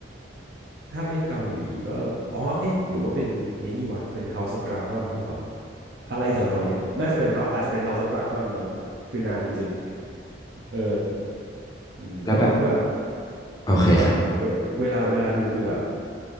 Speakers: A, on the right (about 60°); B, on the left (about 20°).
A: ถ้าไม่เกาหลีก็อ๋อเอ๊ะหรือว่าเป็นไอ้นี่วะเป็น House of Dragon เปล่าวะอะไรแถวๆเนี้ยน่าจะเป็น House อาจจะเป็น House of Dragon มั้งคือนานจริงๆเอออืมเออมันก็แบบ
B: แล้วแบบโอเคครับ
A: แบบเวเวลาเวลาดูคือแบบ